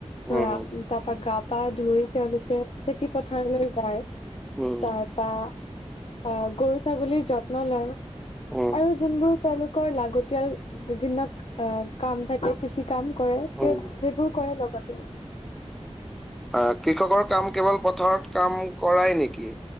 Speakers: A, on the left; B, in the centre.
A: ধৰা
B: উম,
A: তাৰ পৰা গাপ- পা ধুই তেওঁলোকে খেতি পথাৰলৈ যায়।
B: উম,
A: তাৰপা আহ গৰু ছাগলীৰ যত্ন লয়।
B: উম,
A: আৰু যোনবোৰ তেওঁলোকৰ লাগতিয়াল বিভিন্ন কাম থাকে কৃষিত, কাম কৰে,
B: উম,
A: সেইবোৰ কৰে লগতে।
B: আহ কৃষকৰ কাম কেৱল পথাৰত কাম কৰাই নেকি?